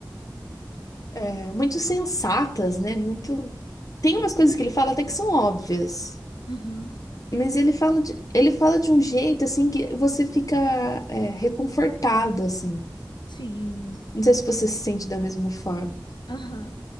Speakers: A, on the left (about 50°); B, on the left (about 75°).
A: É, muito sensatas, né? Muito. Tem umas coisas que ele fala até que são óbvias,
B: Uhum.
A: mas ele fala de, ele fala de um jeito assim que você fica é, reconfortado, assim.
B: Sim.
A: Não sei se você se sente da mesma forma.
B: Aham.